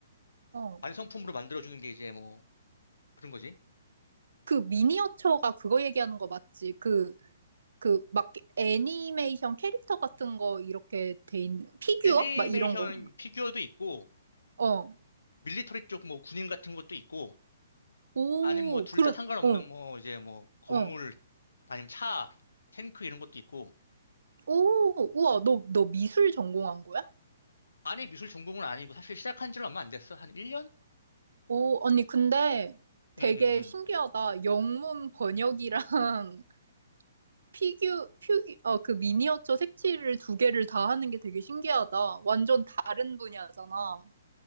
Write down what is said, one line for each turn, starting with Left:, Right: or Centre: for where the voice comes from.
Right: 어.
Left: 완성품으로 만들어주는 게 이제 뭐 그런 거지.
Right: 그 미니어처가 그거 얘기하는 거 맞지? 그, 그, 막 애니메이션 캐릭터 같은 거 이렇게 돼 있는, 피규어?
Left: 애니메이션
Right: 막 이런 거.
Left: 피규어도 있고
Right: 어.
Left: 밀리터리 쪽 뭐 군인 같은 것도 있고
Right: 오,
Left: 아니면 뭐 둘
Right: 그럼,
Left: 다 상관없는
Right: 어,
Left: 뭐 이제 뭐 건물
Right: 어.
Left: 아니면 차, 탱크 이런 것도 있고
Right: 오, 우와, 너, 너 미술 전공한 거야?
Left: 안에 미술 전공은 아니고 사실 시작한 지는 얼마 안 됐어. 한 1년?
Right: 오, 언니, 근데 되게
Left: 응, 응, 응.
Right: 신기하다. 영문 번역이랑 <laughs> 피규, 퓨, 어, 그 미니어처 색칠을 두 개를 다 하는 게 되게 신기하다. 완전 다른 분야잖아.